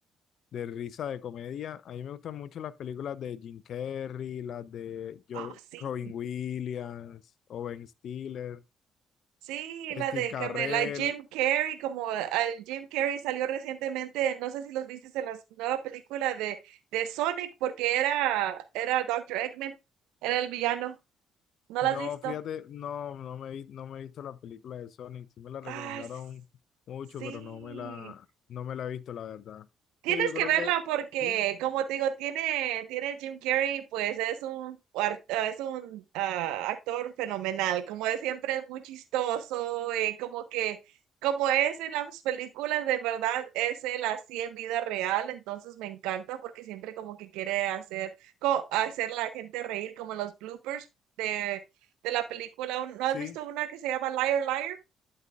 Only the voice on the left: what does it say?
de risa de comedia. A mí me gustan mucho las películas de Jim Carrey, las de Jo-
Robin Williams, Owen Stiller.
Steve
Carell
No,
fíjate, no, no me, vi- no me he visto la película de Sonic. Sí me la recomendaron
mucho,
pero no me la, no me la he visto, la verdad.
Que yo
creo
que
sí,
sí,